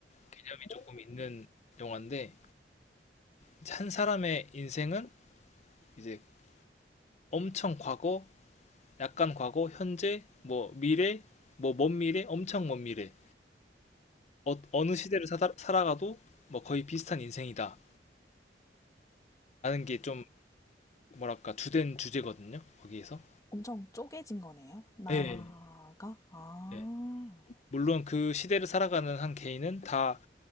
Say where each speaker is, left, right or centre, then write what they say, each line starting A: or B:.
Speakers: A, on the left; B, on the left.
A: 개념이 조금 있는 영화인데 이제 한 사람의 인생은 이제 엄청 과거, 약간 과거, 현재, 뭐 미래, 뭐 먼 미래, 엄청 먼 미래. 어, 느 시대를 사다- 살아가도 뭐 거의 비슷한 인생이다라는 게 좀 뭐랄까 주된 주제거든요. 거기에서.
B: 엄청 쪼개진 거네요? 나가?
A: 네
B: 아,
A: 네. 물론 그 시대를 살아가는 한 개인은 다